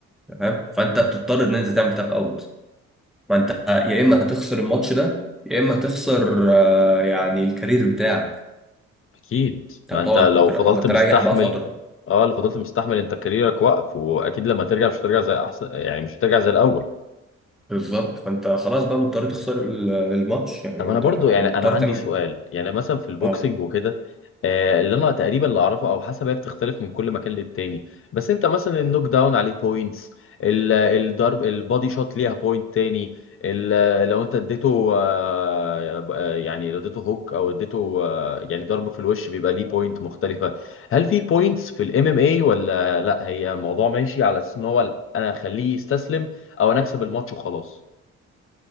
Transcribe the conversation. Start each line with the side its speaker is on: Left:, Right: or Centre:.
Centre: تمام فانت بتضطر ان انت تعمل تاب اوت فانت يا اما هتخسر الماتش ده يا اما هتخسر آه، يعني الكارير بتاعك
Left: اكيد ما
Centre: انت
Left: انت
Centre: هتقعد
Left: لو فضلت
Centre: هتريح
Left: مستحمل
Centre: بقى فتره
Left: اه لو فضلت مستحمل انت كاريرك واقف واكيد لما ترجع مش هترجع زي احسن يعني مش هترجع زي الاول
Centre: بالظبط فانت خلاص بقى مضطر تخسر ال- الماتش يعني
Left: طب انا
Centre: انت
Left: برضو يعني
Centre: مضطر
Left: انا عندي
Centre: تعمل
Left: سؤال يعني مثلا في البوكسنج
Centre: اه
Left: وكده آه، اللي انا تقريبا اللي اعرفه او حسب هي بتختلف من كل مكان للتاني بس انت مثلا النوك داون عليه بوينتس الضرب البادي شوت ليها بوينت تاني ال- لو انت اديته آه، آه، يعني لو اديته هوك او اديته آه، يعني ضرب في الوش بيبقى ليه بوينت مختلفة هل في بوينتس في الام ام اي ولا لا هي موضوع ماشي على اساس ان هو انا اخليه يستسلم او انا اكسب الماتش وخلاص